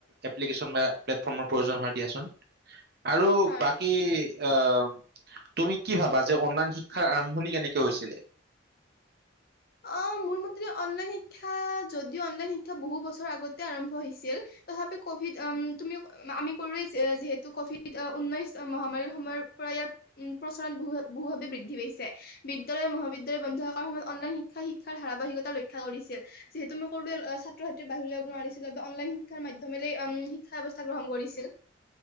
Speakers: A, on the right; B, on the left.
A: এপ্লিকীচন বা প্লেটফৰ্মৰ প্ৰয়োজন হয় দিয়াচোন। আৰু
B: হয়
A: বাকী আহ, তুমি কি ভাবা যে অনলাইন শিক্ষাৰ আৰম্ভণি কেনেকে হৈছিলে?
B: অ', মোৰ মতে অনলাইন শিক্ষা যদিও অনলাইন শিক্ষা বহু বছৰ আগতে আৰম্ভ হিছিল তথাপিও কভিড অম, তুমিও আমি কৰোৱেই যে যিহেতু কভিড ঊনৈশ মহামাৰীৰ সময়ৰ পৰা ইয়াত উম, প্ৰচলন বহু- বহুভাৱে বৃদ্ধি পাইছে। বিদ্যালয় মহাবিদ্যালয় বন্ধ থকাৰ সময়ত অনলাইন শিক্ষা শিক্ষা শিক্ষাৰ ধাৰাবাহিকতা ৰক্ষা কৰিছিল। যিহেতু মই ক'লোৱেই ছাত্ৰ ছাত্ৰীয়ে বাহিৰ ওলাই যাব নোৱাৰিছিলে বা অনলাইন শিক্ষাৰ মাধ্যমেৰে উম, শিক্ষা ব্যৱস্থা গ্ৰহণ কৰিছিল।